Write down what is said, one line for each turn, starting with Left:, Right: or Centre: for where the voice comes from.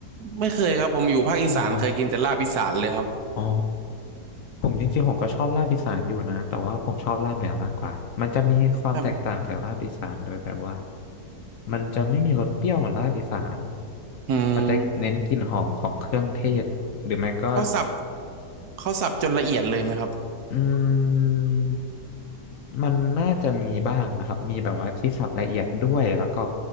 Right: ไม่เคยครับผมอยู่ภาคอีสานเคยกินแต่ลาบอีสานเลยครับ
Left: อมออ๋อผมจริงๆผมก็ชอบลาบอีสานอยู่นะแต่ว่าผมชอบลาบเหนือมากกว่ามันจะมีความแตกต่างจากลาบอีสานโดยแบบว่า
Right: ครับ
Left: มันจะไม่มีรสเปรี้ยวเหมือนลาบอีสาน
Right: อืม
Left: มันจะเน้นกลิ่นหอมของเครื่องเทศหรือไม่ก็
Right: เขาสับเขาสับจนละเอียดเลยไหมครับ
Left: อืม มันน่าจะมีบ้างนะครับมีแบบว่าที่สับละเอียดด้วยแล้วก็